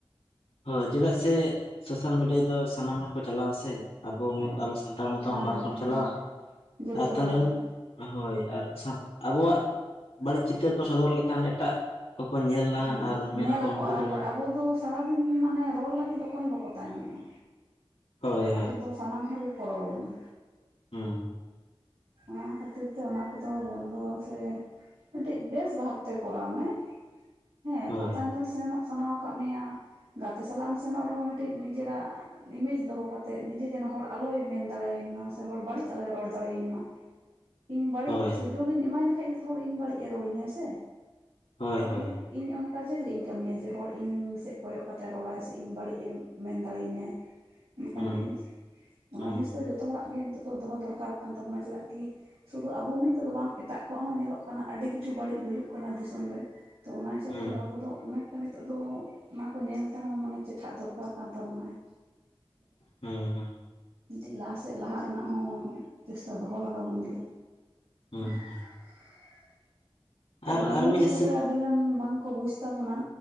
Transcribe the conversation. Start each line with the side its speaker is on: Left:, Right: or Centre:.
Left: ᱦᱳᱭ ᱪᱮᱫᱟᱜ ᱥᱮ ᱥᱳᱥᱟᱞ ᱢᱤᱰᱤᱭᱟ ᱫᱚ ᱥᱟᱱᱟᱢ ᱦᱚᱲ ᱠᱚ ᱪᱟᱞᱟᱣᱟ ᱥᱮ ᱟᱵᱚ
Right: ᱦᱳᱭ
Left: ᱟᱵᱚ ᱥᱟᱱᱛᱟᱲ ᱥᱟᱱᱛᱟᱲ ᱢᱚᱛᱚ
Right: ᱦᱮᱸ
Left: ᱦᱚᱸ ᱵᱟᱝ ᱵᱚᱱ ᱪᱟᱞᱟᱣᱟ
Right: ᱦᱮᱸ ᱡᱚᱛᱚ
Left: ᱟᱨ ᱛᱟᱦᱚᱞᱮ
Right: ᱦᱚᱲᱟᱜ ᱜᱮ
Left: ᱦᱳᱭ ᱟᱨ ᱟᱵᱚᱣᱟᱜ ᱵᱟᱹᱲᱤᱡ ᱪᱤᱛᱟᱹᱨ ᱠᱚ ᱥᱚᱫᱚᱨ ᱞᱮᱠᱷᱟᱱ ᱮᱴᱟᱜ ᱠᱚᱠᱚ ᱧᱮᱞᱟ
Right: ᱦᱮᱸ
Left: ᱟᱨ ᱢᱮᱱᱟᱠᱚ
Right: ᱧᱮᱞ ᱟᱠᱚ
Left: ᱱᱩᱠᱩ
Right: ᱟᱨ
Left: ᱫᱚ ᱱᱚᱣᱟ
Right: ᱟᱵᱚ ᱫᱚ ᱥᱟᱨᱟᱫᱤᱱ ᱢᱟ ᱢᱟᱱᱮ ᱨᱚᱲ ᱞᱟᱹᱜᱤᱫ ᱚᱠᱚᱭ ᱦᱚᱸ ᱵᱟᱠᱚ ᱛᱟᱭᱱᱚᱢᱚᱜᱼᱟ
Left: ᱦᱳᱭ
Right: ᱟᱵᱚ ᱫᱚ ᱥᱟᱱᱟᱢ ᱦᱚᱲᱜᱮ ᱠᱚ ᱨᱚᱲ ᱵᱚᱱᱟ᱾
Left: ᱦᱚᱸ
Right: ᱚᱱᱟ ᱠᱷᱟᱹᱛᱤᱨ ᱛᱮ ᱚᱱᱟ ᱠᱚᱫᱚ ᱵᱚᱱᱫᱚ ᱥᱮ ᱢᱤᱫᱴᱤᱡ ᱵᱮᱥ ᱵᱷᱟᱵᱛᱮ ᱠᱚᱨᱟᱣ ᱢᱮ ᱦᱮᱸ᱾
Left: ᱦᱳᱭ
Right: ᱯᱟᱛᱟ ᱧᱮᱞ ᱥᱮᱱᱚᱜ ᱥᱟᱱᱟᱣ ᱟᱠᱟᱫ ᱢᱮᱭᱟ᱾ ᱜᱟᱛᱮ ᱥᱟᱞᱟᱜ ᱮᱢ ᱥᱮᱱᱚᱜ ᱨᱮᱦᱚᱸ ᱢᱤᱫᱴᱤᱡ ᱱᱤᱡᱮᱨᱟᱜ ᱤᱢᱮᱡᱽ ᱫᱚᱦᱚ ᱠᱟᱛᱮᱫ ᱱᱤᱡᱮ ᱡᱮᱱᱚ ᱦᱚᱲ ᱟᱞᱚᱭ ᱢᱮᱱ ᱫᱟᱲᱮᱭ ᱡᱟ ᱥᱮ ᱦᱚᱲ ᱵᱟᱹᱲᱤᱡ ᱟᱞᱚᱭ ᱨᱚᱲ ᱫᱟᱲᱮᱭᱟᱹᱧ ᱢᱟ᱾
Left: <inaudible>
Right: ᱤᱧ ᱵᱟᱹᱲᱤᱡ
Left: ᱦᱳᱭ
Right: ᱥᱩᱡᱳᱜ ᱤᱧ ᱮᱢᱟᱭ ᱞᱮᱠᱷᱟᱡ ᱜᱮᱛᱚ ᱦᱚᱲ ᱤᱧ ᱵᱟᱹᱲᱤᱡ ᱮ ᱨᱚᱲᱟᱹᱧᱟᱭ ᱥᱮ?
Left: ᱦᱚᱭ
Right: ᱛᱟᱦᱚᱞᱮ
Left: ᱦᱚᱭ
Right: ᱤᱧ ᱚᱱᱠᱟ ᱪᱮᱫ ᱞᱟᱸᱜᱤᱫ ᱤᱧ ᱠᱟᱹᱢᱤᱭᱟ ᱡᱮ ᱦᱚᱲ ᱤᱧ ᱥᱮᱫ ᱠᱚᱭᱚᱜ ᱠᱟᱛᱮᱫ ᱨᱚᱲᱟᱭ ᱥᱮ ᱤᱧ ᱵᱟᱹᱲᱤᱡ ᱮ ᱢᱮᱱ ᱫᱟᱲᱮᱭᱟᱹᱧᱟᱭ᱾ ᱚᱱᱠᱟᱱ
Left: ᱦᱩᱸ
Right: ᱡᱤᱱᱤᱥ
Left: ᱦᱩᱸ
Right: ᱚᱱᱟ
Left: ᱦᱩᱸ
Right: ᱡᱤᱱᱤᱥ ᱫᱚ ᱡᱚᱛᱚ ᱦᱚᱲᱟᱜ ᱜᱮ ᱱᱤᱛᱚᱜ ᱫᱚᱦᱚ ᱫᱚᱨᱠᱟᱨ ᱠᱟᱱ ᱛᱟᱵᱚᱱᱟ ᱪᱮᱫᱟᱜ ᱠᱤ ᱥᱩᱫᱩ ᱟᱵᱚ ᱢᱮᱱᱛᱮ ᱫᱚ ᱵᱟᱝ ᱮᱴᱟᱜ ᱠᱚᱣᱟᱜ ᱦᱚᱸ ᱧᱮᱞᱚᱜ ᱠᱟᱱᱟ ᱟᱹᱰᱤ ᱠᱤᱪᱷᱩ ᱵᱟᱹᱲᱤᱡ ᱦᱩᱭᱩᱜ ᱠᱟᱱᱟ᱾ ᱫᱤᱥᱚᱢ ᱨᱮ ᱛᱚ ᱚᱱᱟ ᱦᱤᱥᱟᱹᱵ
Left: ᱦᱩᱸ
Right: ᱛᱮᱫᱚ ᱟᱵᱚ ᱚᱱᱮᱠ ᱛᱟ ᱦᱤᱛᱚᱜ ᱫᱚ ᱚᱱᱟ ᱠᱚ ᱧᱮᱞ ᱛᱮᱦᱚᱸ ᱢᱟᱱᱮ ᱪᱮᱴᱷᱟᱜ ᱫᱚᱨᱠᱟᱨ ᱠᱟᱱ ᱛᱟᱵᱚᱱᱟᱭ
Left: ᱦᱮᱸ ᱦᱮᱸ
Right: ᱫᱮᱞᱟ ᱥᱮᱫ ᱞᱟᱦᱟᱜ ᱨᱮᱱᱟᱜ ᱦᱚᱸ ᱪᱮᱥᱴᱟ ᱫᱚᱦᱚ ᱞᱟᱜᱟᱣ ᱵᱚᱱ ᱜᱮᱭᱟ᱾
Left: ᱦᱩᱸ
Right: <unintelligible>
Left: ᱦᱩᱸ
Right: ᱛᱚ
Left: ᱟᱨ
Right: ᱚᱱᱟ
Left: ᱟᱨ
Right: ᱡᱤᱱᱤᱥ
Left: ᱢᱤᱫ ᱦᱤᱥᱟᱹᱵ
Right: ᱠᱚᱜᱮ ᱟᱹᱰᱤᱜᱟᱱ ᱵᱟᱝ ᱠᱚ ᱵᱩᱡᱽ ᱛᱟᱵᱚᱱᱟ᱾